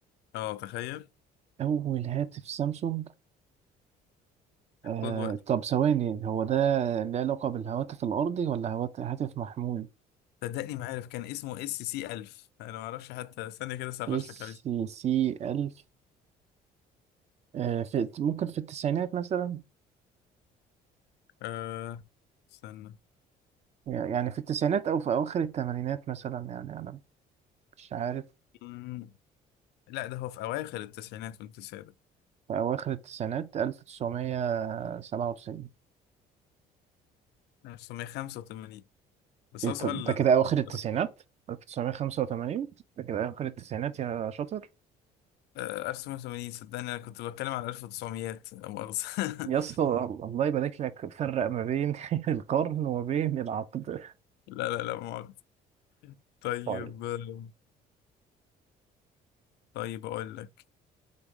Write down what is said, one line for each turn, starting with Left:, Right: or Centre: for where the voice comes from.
Left: اه تخيل
Right: أول هاتف سامسونج آه
Left: خد وقت
Right: طب ثواني هو ده له علاقة بالهواتف الأرضي ولا هوات- هاتف محمول
Left: صدقني ما عارف كان اسمه اس سي 1000 انا ما اعرفش حتى ثانية كده سرش
Right: اس
Left: لك عليه
Right: سي ألف آه في ممكن في التسعينات مثلا
Left: أه استنى
Right: يعني في التسعينات أو في أواخر الثمانينات مثلا يعني أنا مش عارف
Left: مم، لا ده هو في أواخر التسعينات والتسعينات
Right: في أواخر التسعينات ألف تسعمية سبعة وتسعين
Left: 1985 بس
Right: انت-
Left: هو سؤال
Right: ده كده
Left: صعب
Right: اواخر التسعينات
Left: بصراحة
Right: 1985 ده كده اواخر التسعينات يا شاطر
Left: آه، 1980 صدقني انا كنت بتكلم على 1900 لا مؤاخذة
Right: يا
Left: <laughs>
Right: اسطى الله يبارك لك فرق ما بين <laughs> القرن وما بين العقد
Left: لا لا لا مؤاخذة طيب
Right: طيب
Left: آه، طيب أقول لك